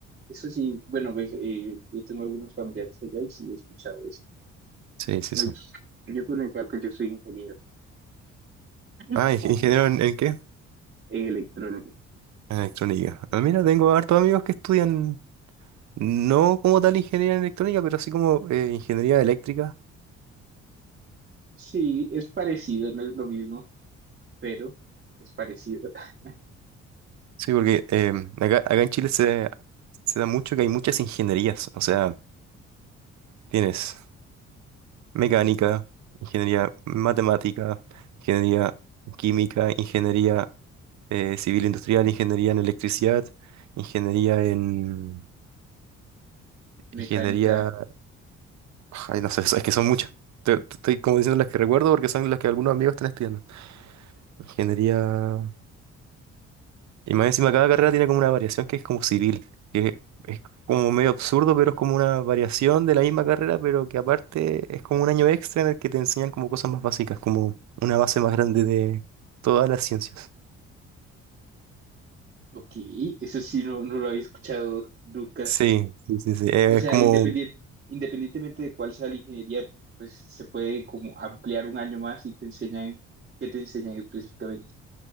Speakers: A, on the right; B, on the right.
A: eso sí, bueno, pues eh, yo tengo algunos familiares allá y sí he escuchado eso.
B: Sí, sí,
A: No,
B: sí.
A: yo por mi parte, yo soy ingeniero <laughs>
B: Ah, ¿ing- ingeniero en, en qué?
A: en electrónica.
B: En electrónica. Ah, mira, tengo hartos amigos que estudian No como tal ingeniería en electrónica, pero así como eh, ingeniería eléctrica.
A: Sí, es parecido, no es lo mismo, pero es parecido. <laughs>
B: Sí, porque eh, acá, acá en Chile se, se da mucho que hay muchas ingenierías. O sea, tienes mecánica, ingeniería matemática, ingeniería química, ingeniería eh, civil industrial, ingeniería en electricidad, ingeniería en...
A: Mecánica,
B: Ingeniería... Ay, no sé, <laughs> es que son muchas. Te- te Estoy como diciendo las que recuerdo porque son las que algunos amigos están estudiando. Ingeniería... Y más encima cada carrera tiene como una variación que es como civil, que es como medio absurdo, pero es como una variación de la misma carrera, pero que aparte es como un año extra en el que te enseñan como cosas más básicas, como una base más grande de todas las ciencias.
A: ok, eso sí, no, no lo había escuchado nunca.
B: Sí, sí, sí, sí. Eh,
A: O sea,
B: es como,
A: independiente, independientemente de cuál sea la ingeniería, pues se puede como ampliar un año más y te enseñan, ¿qué te enseñan específicamente?